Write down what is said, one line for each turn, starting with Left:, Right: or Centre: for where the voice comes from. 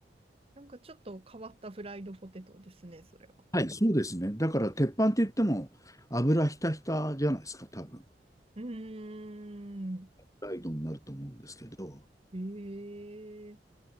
Right: なんかちょっと変わったフライドポテトですね、それは。
Left: はい、そうですね。だから、鉄板って言っても、油ひたひたじゃないですか、多分。
Right: うーん。
Left: フライドになると思うんですけど、
Right: ええ